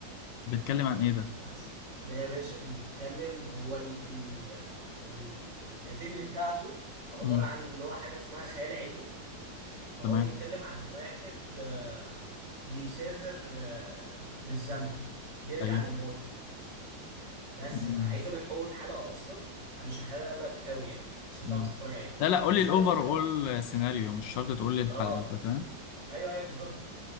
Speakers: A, on the left (about 75°); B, on the right (about 70°).
A: بيتكلم عن ايه ده
B: بس ده يا باشا بيتكلم هو ال ال ال الكاتيجوري بتاعته عبارة
A: مم.
B: عن اللي هو حاجة اسمها خيال علمي فهو
A: تمام
B: بيتكلم عن واحد آه، بيسافر آه، بالزمن بيرجع
A: ايوه
B: للماضي بس
A: مم.
B: عايز اقول لك اول حلقه اصلا انا مش هحرق لك قوي يعني عشان
A: مم.
B: تعرف تتفرج عليه
A: لا لا قول
B: بس
A: لي الاوفر
B: اول حلقه
A: اول
B: أصلاً-
A: سيناريو مش شرط تقول لي الحلقه
B: اه
A: انت فاهم
B: ايوه ايوه بالظبط